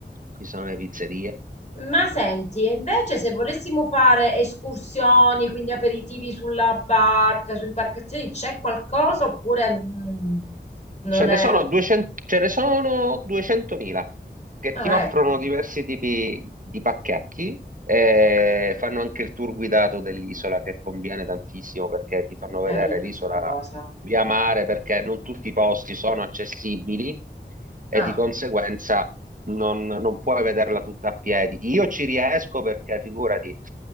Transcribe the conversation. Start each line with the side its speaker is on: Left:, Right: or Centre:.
Right: Ci sono le pizzerie.
Left: Ma senti, e invece se volessimo fare escursioni, quindi aperitivi sulla barca, su imbarcazioni, c'è qualcosa oppure mm, non
Right: Ce ne
Left: è...
Right: sono 200 ce ne sono 200.000 che
Left: Ah,
Right: ti offrono
Left: ecco, quindi
Right: diversi tipi di pacchetti e fanno anche il tour guidato dell'isola che conviene tantissimo perché ti fanno vedere
Left: carina
Right: l'isola
Left: sta cosa.
Right: via mare perché non tutti i posti sono accessibili e
Left: Ah,
Right: di conseguenza non, non puoi vederla tutta a piedi. Io ci riesco perché figurati,